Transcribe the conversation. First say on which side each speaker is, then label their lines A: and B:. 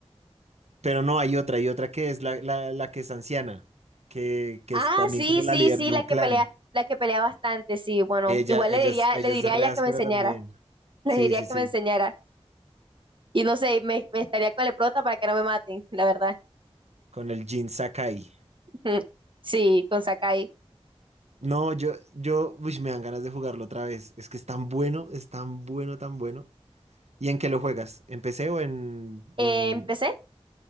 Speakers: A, on the right; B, on the right.
A: Pero no, hay otra, hay otra que es la, la, la que es anciana, que, que
B: Ah,
A: es también
B: sí,
A: como
B: sí,
A: la líder
B: sí,
A: de
B: la
A: un
B: que
A: clan.
B: pelea, la que pelea bastante, sí, bueno,
A: Ella,
B: igual
A: ella,
B: le diría,
A: es- ella
B: le diría
A: es re
B: a ella
A: áspera
B: que me enseñara,
A: también.
B: <laughs> le
A: Sí,
B: diría
A: sí,
B: que
A: sí.
B: me enseñara. Y no sé, me, me estaría con el prota para que no me maten, la verdad.
A: Con el Jin Sakai.
B: <laughs> Sí, con Sakai.
A: No, yo, yo, uy, me dan ganas de jugarlo otra vez. Es que es tan bueno, es tan bueno, tan bueno. ¿Y en qué lo juegas? ¿En PC o en,
B: Eh,
A: o en...
B: en PC,